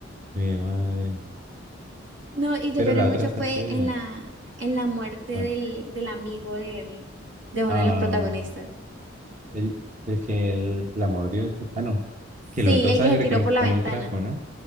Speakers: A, on the right (about 40°); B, on the right (about 70°).
A: mi madre.
B: No, y yo
A: Pero
B: lloré
A: la
B: mucho
A: otra está
B: fue
A: chévere.
B: en la, en la muerte
A: ¿Cuál?
B: del, del amigo del, de uno
A: Ah,
B: de los protagonistas.
A: el, el que el- la mordió. Ah, no. Que le
B: Sí,
A: untó
B: el
A: sangre
B: que se tiró
A: con, un-
B: por
A: con
B: la ventana.
A: un trapo, ¿no?